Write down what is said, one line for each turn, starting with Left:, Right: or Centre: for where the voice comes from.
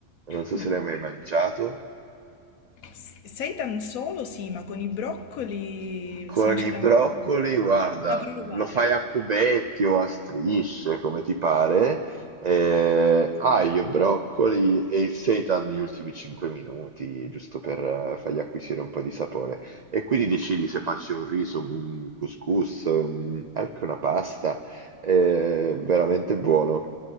Right: non so
Left: Mm.
Right: se l'hai mai mangiato.
Left: S- Seitan solo sì, ma con i broccoli
Right: Con
Left: sinceramente
Right: i broccoli,
Left: non-
Right: guarda,
Left: da provare.
Right: lo fai a cubetti o a strisce, come ti pare. Eh, aglio, broccoli e il seitan negli ultimi 5 minuti, giusto per eh, fargli acquisire un po' di sapore. E quindi decidi se faccio un riso, un couscous, un- anche una pasta. Eh, veramente buono.